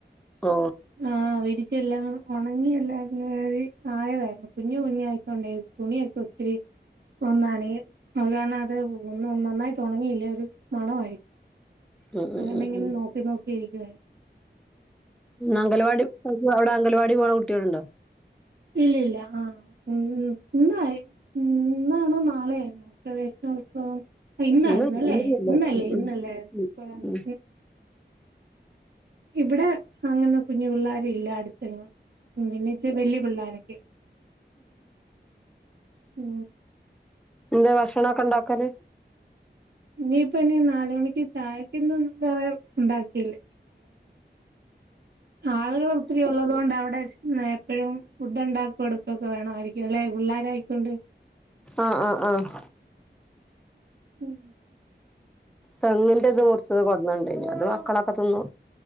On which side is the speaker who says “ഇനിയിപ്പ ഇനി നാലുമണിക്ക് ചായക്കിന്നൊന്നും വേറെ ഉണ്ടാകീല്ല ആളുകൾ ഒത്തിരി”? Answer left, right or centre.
Right